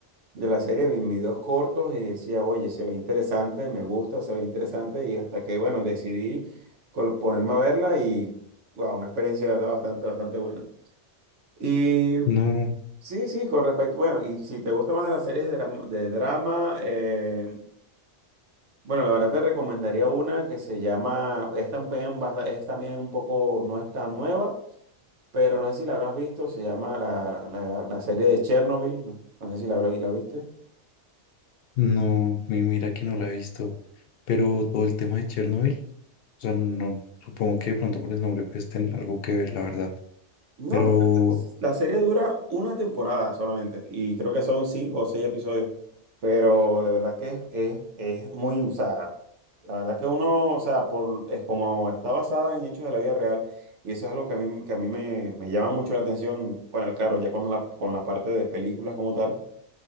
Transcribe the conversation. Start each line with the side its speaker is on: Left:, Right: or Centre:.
Right: de la serie en videos cortos y decía, oye, se ve interesante, me gusta, se ve interesante y hasta que, bueno, decidí col- ponerme a verla y, wow, una experiencia de verdad bastante, bastante buena. Y
Left: no,
Right: sí, sí, con respecto, bueno, y si te gustan más las series de, dram- de drama, eh, bueno, la verdad te recomendaría una que se llama, es también, basta- es también un poco, no es tan nueva, pero no sé si la habrás visto, se llama la, la- la- la serie de Chernobyl, no, No sé si la, habrá- la viste.
Left: No, mi- mira que no la he visto, pero todo el tema de Chernobyl, o sea, no, supongo que de pronto por el nombre pues tener algo que ver, la verdad,
Right: No,
Left: pero
Right: me la serie dura una temporada solamente y creo que son cinco o seis episodios, pero de verdad que es, es, es muy, o sea, la verdad que uno, o sea, por, es como está basada en hechos de la vida real y eso es algo que a mí, que a mí me, me llama mucho la atención, bueno, claro, ya cuando la, con la parte de películas como tal.